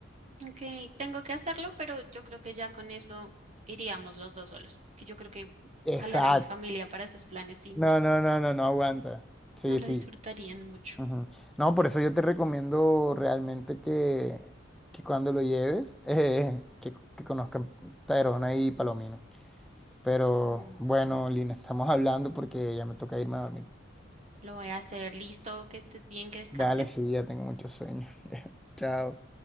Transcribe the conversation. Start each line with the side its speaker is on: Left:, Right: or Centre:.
Right: Ok, tengo que hacerlo, pero yo creo que ya con eso iríamos los dos solos. Es que yo creo que
Centre: Exacto.
Right: jalar a mi familia para esos planes y
Centre: No,
Right: no,
Centre: no, no, no, no aguanta. Sí,
Right: no lo
Centre: sí.
Right: disfrutarían mucho.
Centre: ujú. No, por eso yo te recomiendo realmente que, que cuando lo lleves, <laughs> eh, que, que conozcan Tayrona y Palomino. Pero
Right: Mm,
Centre: bueno, Lina, estamos hablando porque ya me toca irme a dormir.
Right: lo voy a hacer. Listo, que estés bien, que descanses.
Centre: Dale, sí, ya tengo mucho sueño. <laughs> Chao.